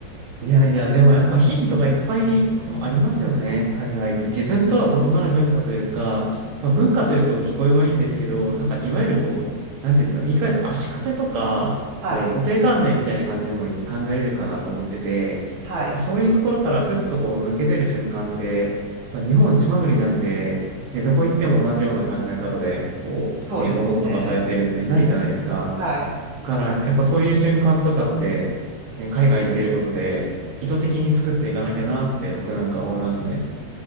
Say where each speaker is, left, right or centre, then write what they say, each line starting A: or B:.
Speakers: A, on the right (about 75°); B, on the right (about 45°).
A: いやいや、でもやっぱヒントがいっぱいこうありますよね、海外に。自分とは異なる文化というか、まあ、文化というと聞こえはいいんですけど、なんかいわゆるこう、なんていうんですか、言い換えると足かせとか、
B: はい。
A: こう固定観念みたいな感じも考えれるかなと思ってて、
B: はい。
A: そういうところからふっとこう抜け出る瞬間って、まあ、日本島国なんで、ね、どこ行っても同じような考え方で、こう、
B: そうですね。
A: ね、物事がされてるんでないじゃないですか。
B: はい。
A: だから、やっぱそういう瞬間とかって、ね、海外に出ることで、意図的に作っていかなきゃなって僕なんか思いますね。